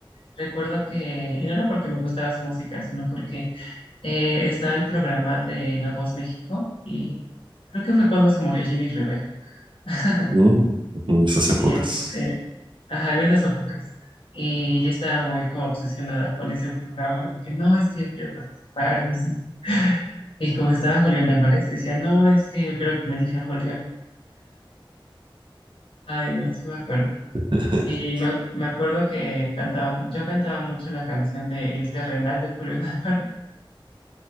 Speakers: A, on the left; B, on the right.
A: recuerdo que, y no era porque me gustara su música, sino porque eh, estaba el programa de La Voz México, y creo que fue cuando se murió Jenny Rivera, <laughs>
B: Mm, en esas épocas.
A: y este, Ajá, en esas épocas. Y yo estaba muy como obsesionada con ese programa de que no, es que yo quiero participar y así. Y como estaba Julián Álvarez, decía, no, es que yo quiero que me elija Julián. Ay, no, sí me acuerdo.
B: <laughs>
A: Y me, me acuerdo que cantaba, yo cantaba mucho la canción de El Terrenal de Julián <laughs> Álvarez.